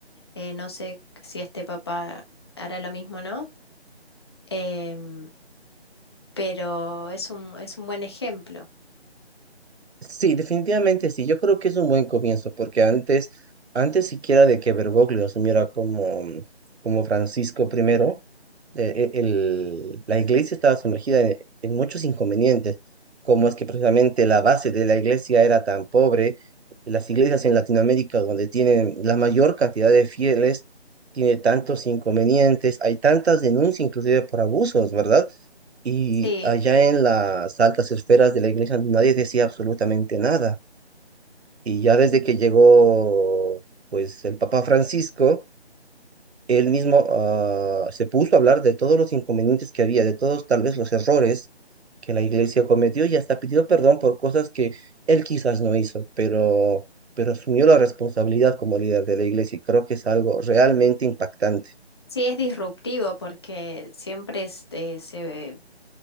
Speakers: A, on the left (about 25°); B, on the right (about 70°).
A: Eh, no sé si este papá hará lo mismo, ¿no? Em, pero es un, es un buen ejemplo.
B: Sí, definitivamente sí. Yo creo que es un buen comienzo, porque antes, antes siquiera de que Bergoglio asumiera como, como Francisco primero eh, e- el- la iglesia estaba sumergida en, en muchos inconvenientes, como es que precisamente la base de la iglesia era tan pobre. Las iglesias en Latinoamérica, donde tienen la mayor cantidad de fieles, tiene tantos inconvenientes, hay tantas denuncias inclusive por abusos, ¿verdad? Y
A: Sí,
B: allá en las altas esferas de la iglesia nadie decía absolutamente nada. Y ya desde que llegó, pues, el Papa Francisco, él mismo ah, se puso a hablar de todos los inconvenientes que había, de todos tal vez los errores que la iglesia cometió y hasta pidió perdón por cosas que él quizás no hizo, pero, pero asumió la responsabilidad como líder de la iglesia y creo que es algo realmente impactante,
A: sí es disruptivo porque siempre este, se